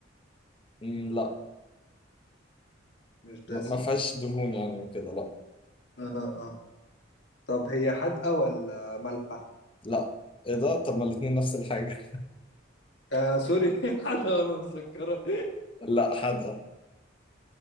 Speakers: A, on the left (about 25°); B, on the left (about 60°).
A: مم، لا
B: مش دسمة
A: ما ما فيهاش دهون يعني وكده لا
B: اه اه طب هي حادقة ولا مالحة؟
A: لا ايه ده طب ما الاتنين نفس الحاجه
B: آه سوري <laughs> حادقة ولا مسكرة؟
A: <laughs> لا حادقه